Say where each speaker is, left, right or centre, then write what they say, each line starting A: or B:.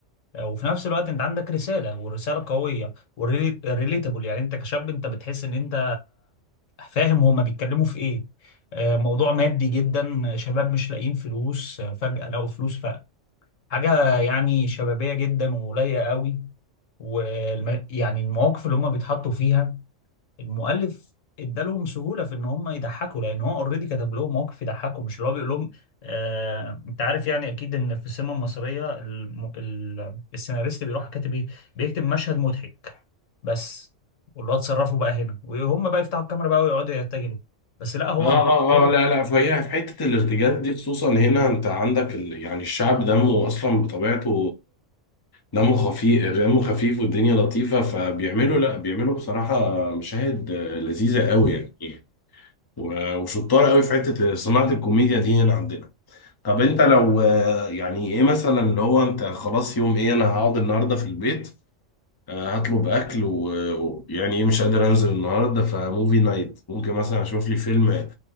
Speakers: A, on the left; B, on the left.
A: آه وفي نفس الوقت انت عندك رساله ورساله قويه وريليتابل يعني انت كشاب انت بتحس ان انت فاهم هما بيتكلموا في ايه آه موضوع مادي جدا شباب مش لاقيين فلوس آه، فجاه لقوا فلوس فحاجه يعني شبابيه جدا ولايقه قوي ويعني المواقف اللي هما بيتحطوا فيها المؤلف ادالهم سهوله في ان هم يضحكوا لان هو اوريدي كتب لهم مواقف يضحكوا مش اللي هو بيقول لهم آه انت عارف يعني اكيد ان في السينما المصريه الم... ال... السيناريست بيروح كاتب ايه بيكتب مشهد مضحك بس واللي هو اتصرفوا بقى هنا وهم بقى يفتحوا الكاميرا بقى ويقعدوا يرتجلوا بس لا هو
B: اه
A: مكتوب
B: اه
A: حلو
B: اه لا لا فهي في حته الارتجال دي خصوصا هنا انت عندك ال... يعني الشعب دمه اصلا بطبيعته دمه خفيف دمه خفيف والدنيا لطيفه فبيعملوا لا بيعملوا بصراحه مشاهد آه، لذيذه قوي يعني و- وشطار قوي في حته صناعه الكوميديا دي هنا عندنا طب انت لو آه، يعني ايه مثلا اللي هو انت خلاص يوم ايه انا هقعد النهارده في البيت آه، هطلب اكل و- ويعني ايه مش قادر انزل النهارده فموفي نايت ممكن مثلا اشوف لي فيلم